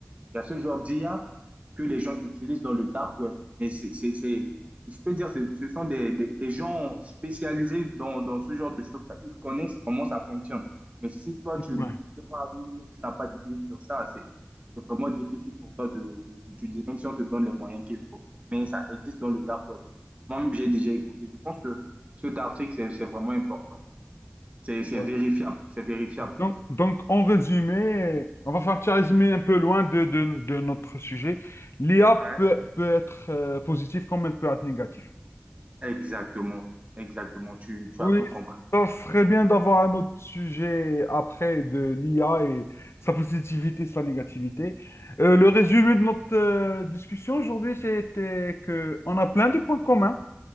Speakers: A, on the right (about 30°); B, on the left (about 70°).
A: il y a ce genre d'IA que les gens utilisent dans le dark web. Mais c'est, c'est, c'est- je peux dire, c'est- ce sont des, des- des gens spécialisés dans, dans ce genre de choses. Ils connaissent comment ça fonctionne. Mais si toi, tu,
B: Ouais.
A: tu ne sais pas où, tu n'as pas d'idée sur ça, c'est c'est vraiment difficile pour toi de, de- d'utiliser, même si on te donne les moyens qu'il faut. Mais ça existe dans le dark web. Moi-même, j'ai déjà écouté. Je pense que cet article, c'est c'est vraiment important. C'est c'est
B: Ouais.
A: vérifiable, c'est vérifiable.
B: Donc, donc, en résumé, on va faire un petit résumé un peu loin de, de, de notre sujet. L'IA
A: Ouais.
B: peut, peut être euh, positive comme elle peut être négative.
A: Exactement, exactement. Tu, tu
B: Oui,
A: as tout compris.
B: ça serait bien d'avoir un autre sujet après de l'IA et sa positivité, sa négativité. Euh, le résumé de notre euh, discussion aujourd'hui, c'était que on a plein de points communs.